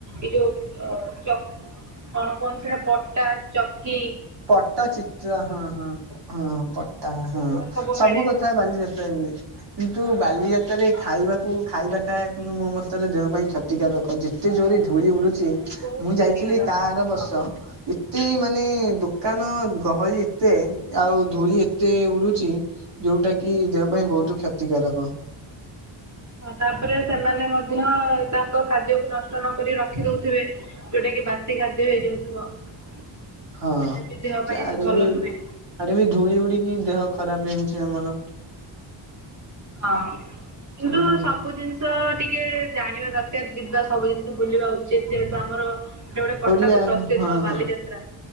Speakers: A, on the right (about 40°); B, on the right (about 65°).
A: ଏ ଯଉ ଅ ଚ କଣ କୁହନ୍ତି ସେଟା ପଟା ଚକଟି
B: ପଟା ଚିତ୍ର ହଁ ହଁ ହଁ ପଟା
A: ସେଗୁଡା
B: ହଁ ସବୁ
A: ମିଳେ
B: କଥା ବାଲିଯାତ୍ରା ରେ ମିଳେ। କିନ୍ତୁ ବାଲିଯାତ୍ରାରେ
A: ହଁ
B: ଖାଇବାକୁ। ଖାଇବାଟା କିନ୍ତୁ ମୋ ମତରେ ଦେହ ପାଇଁ କ୍ଷତିକାରକ ଯେତେ ଜୋର ରେ ଧୂଳି ଉଡ଼ୁଚି।
A: ବହୁତ
B: ମୁଁ
A: କ୍ଷତିକାରକ
B: ଯାଇଥିଲି ତା ଆର ବର୍ଷ
A: ହଁ।
B: ଏତେ ମାନେ ଦୁଃ କାନ ଗହଳି ଏତେ ଆଉ ଧୂଳି ଏତେ ଉଡୁଛି। ଯୋଉଟା କି ଦେହ ପାଇଁ ବହୁତୁ କ୍ଷତିକାରକ।
A: ହଁ ତାପରେ ସେମାନେ ମ ଧ୍ୟ ତାଙ୍କ ଖାଦ୍ୟକୁ ନଷ୍ଟ ନକରି ରଖି ଦଉଥିବେ। ଯୋଉଟା କି ବାସି ଖାଦ୍ୟ ହେଇଯାଉଥିବ ସେଟା
B: ହଁ
A: ବି ଦେହ ପାଇଁ
B: ଆଡେ
A: ଏତେ ଭଲ
B: ବି
A: ନୁହେଁ।
B: ଆଡେ ବି ଧୂଳି ଉଡିକି ଦେହ ଖରାପେ ହେଉଛି ଆମର।
A: ହଁ କିନ୍ତୁ
B: ତେଣୁ
A: ସ ସବୁ ଜିନିଷ ଟିକେ ଜାଣିବା ଦରକାର ଯିବା ସବୁ ଜିନିଷ ବୁଲିବା ଉଚିତ ଯେହେତୁ ଆମର ଯୋଉଟା କଟକ
B: ଓଡିଆ
A: ପ୍ରସିଦ୍ଧ
B: ହଁ
A: ବାଲିଯାତ୍ରା।
B: ହଁ।